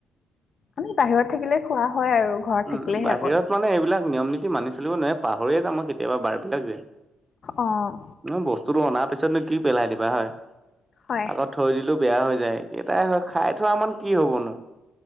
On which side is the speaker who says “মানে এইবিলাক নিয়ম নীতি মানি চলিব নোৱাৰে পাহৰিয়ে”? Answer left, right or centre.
Right